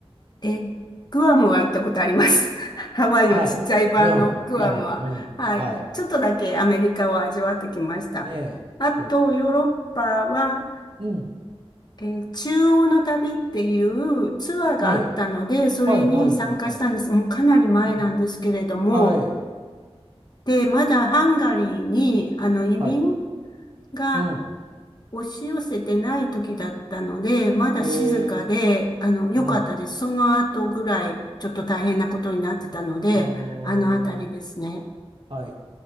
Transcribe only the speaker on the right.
はい。グアム、グアム、うん。
はい。
ねえ、
そ
う。うん。
はい。
はい、はい、はい、はい。
うん。はい。
はい。
うん。
へえ、
うん。
あー。
はい。